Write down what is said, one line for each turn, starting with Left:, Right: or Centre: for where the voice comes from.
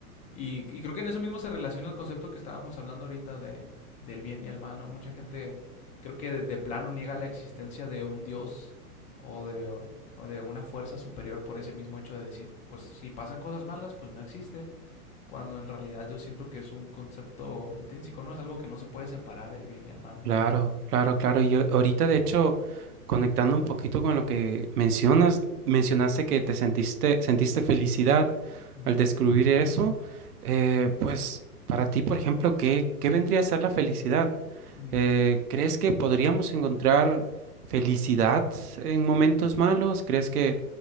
Left: Y, y creo que en eso mismo se relaciona el concepto que estábamos hablando ahorita de, del bien y el mal, ¿no? Mucha gente creo que de, de plano niega la existencia de un Dios o de, o o de una fuerza superior por ese mismo hecho de decir, pues si pasan cosas malas, pues no existe, cuando en realidad yo siento que es un concepto intrínseco, ¿no? Es algo que no se puede separar el bien y el mal, ¿no?
Right: Claro, claro, claro. Y a- ahorita, de hecho, conectando un poquito con lo que mencionas, mencionaste que te sentiste, sentiste felicidad
Left: Ujú.
Right: al descubrir eso. Eh, pues para ti, por ejemplo, ¿qué, qué vendría a ser la felicidad?
Left: Mm,
Right: Eh, ¿crees que podríamos encontrar felicidad en momentos malos? ¿Crees que